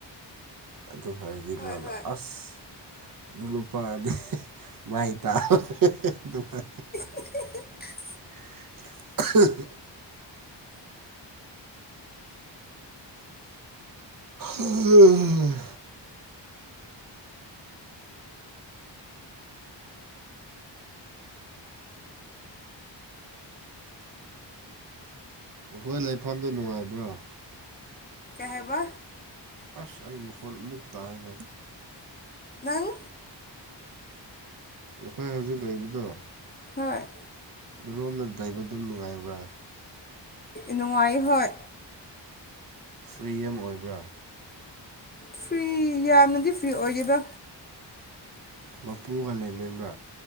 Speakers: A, on the right; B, on the left.
A: ꯑꯗꯨ ꯍꯥꯏꯕꯗꯤ
B: ꯍꯣꯏ
A: ꯃꯥꯅ
B: ꯍꯣꯏ
A: ꯑꯁ ꯑꯗꯨ ꯂꯨꯄꯥꯗꯤ ꯃꯩ ꯇꯥ ꯑꯗꯨꯃꯥꯏ
B: <inaudible>
A: <inaudible> ꯎꯝ ꯑꯩꯈꯣꯏ ꯂꯩꯐꯝꯗꯨꯣ ꯅꯨꯡꯉꯥꯏꯕ꯭ꯔꯣ
B: ꯀꯍꯦꯕ
A: ꯑꯁ ꯑ ꯃꯈꯜ ꯃꯨꯕ ꯇꯥꯏꯅ
B: ꯉꯪ
A: ꯑꯩꯈꯣꯏ ꯍꯧꯖꯤꯛ ꯂꯩꯕꯗꯣ
B: ꯍꯣꯏ
A: ꯔꯣꯝꯅ ꯗꯏꯕꯗꯨꯝ ꯅꯨꯡꯉꯥꯏꯕ꯭ꯔꯥ
B: ꯅꯨꯡꯉꯥꯏ ꯍꯣꯏ
A: ꯐ꯭ꯔꯤ ꯑꯃ ꯑꯣꯏꯕ꯭ꯔꯥ
B: ꯐ꯭ꯔꯤ ꯌꯥꯝꯅꯗꯤ ꯐ꯭ꯔꯤ ꯑꯣꯏꯒꯦꯕ
A: ꯃꯄꯨꯒ ꯂꯩꯃꯦꯝꯕ꯭ꯔ